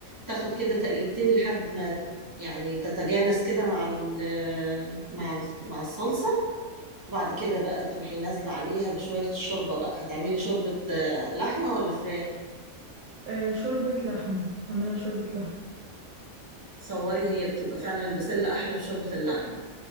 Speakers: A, on the right (about 25°); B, on the right (about 75°).
A: تاخد كده تقلبتين لحد ما يعني تتجانس كده مع ال- مع ال- مع الصلصه بعد كده بقى تروحي نازله عليها بشويه الشوربه بقى هتعملي شوربه آه، لحمه ولا فراخ
B: آه شوربة لحمة اعملها شوربة لحمة
A: صوري هي بتبقى فعلا البسله احلى بشوربه اللحمه